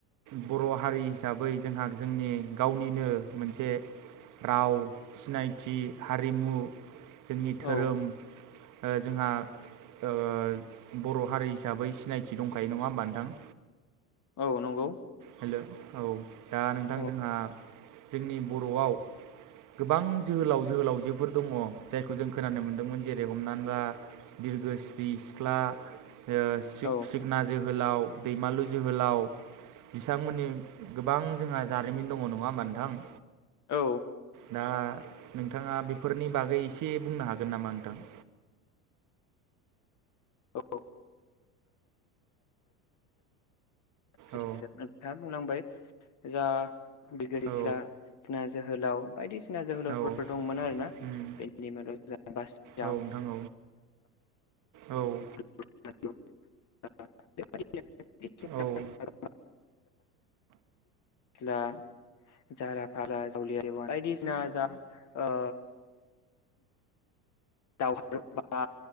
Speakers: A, on the right; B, on the left.
A: बर' हारि हिसाबै जोंहा जोंनि गावनिनो मोनसे राव सिनायथि हारिमु जोंनि धोरोम
B: औ
A: ओ जोंहा ओ बर' हारि हिसाबै सिनायथि दंखायो नङा होमबा नोंथां।
B: औ नंगौ।
A: हेल' औ दा नोंथां
B: औ
A: जोंहा जोंनि बर'आव गोबां जोहोलाव जोहोलावजोफोर दङ जायखौ जों खोनानो मोन्दोंमोन जेरै हमनानै ला बिरग्रोस्रि सिख्ला ओ सिग-सिग
B: औ
A: खोना जोहोलाव दैमालु जोहोलाव बिथांमोननि गोबां जोंहा जारिमिन दङ नङा होमबा नोंथां।
B: औ
A: दा नोंथाङा बेफोरनि बागै एसे बुंनो हागोन नामा नोंथां?
B: औ <unintelligible>
A: औ
B: नोंथाङा बुंलांबाय जा बिगोर
A: औ
B: सिख्ला खोना जोहोलाव बायदिसिना जोहोलावफोर
A: औ
B: दंमोन आरोना
A: उम
B: बेनि मादाव जोंहा बासिडाम
A: औ नोंथां औ औ
B: <unintelligible>
A: औ
B: खेला जारा फागा बायदिसिना जा ओ दावहारु बा